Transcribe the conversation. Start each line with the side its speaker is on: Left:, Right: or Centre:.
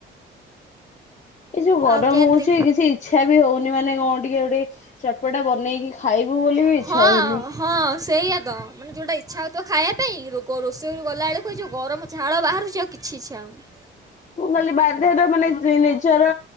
Left: ଏଇ ଯୋଉ ଗରମ
Right: ଆଉ କେମିତି?
Left: ହଉଛି କିଛି ଇଚ୍ଛା ବି ହଉନି ମାନେ କଣ ଟିକେ ଗୋଟେ ଚଟପଟା ବନେଇକି ଖାଇବୁ ବୋଲି ବି ଇଚ୍ଛା
Right: ହଁ
Left: ହଉନି।
Right: ହଁ ସେଇଆ ତ ମାନେ ଯୋଉଟା ଇଚ୍ଛା ହଉଥିବ ଖାଇବା ପାଇଁ ରୋଗ ରୋଷେଇ ଘରକୁ ଗଲାବେଳକୁ ଏଇ ଯୋଉ ଗରମ ଝାଳ ବାହାରୁଛି ଆଉ କିଛି ଇଛା ହଉନି।
Left: ହ ମୁଁ କହିଲି ବାଧ୍ୟ ତ ମାନେ ନିଜର